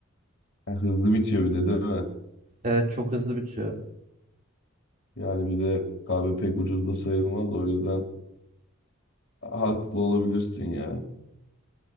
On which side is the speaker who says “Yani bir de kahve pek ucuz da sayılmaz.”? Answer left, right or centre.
Left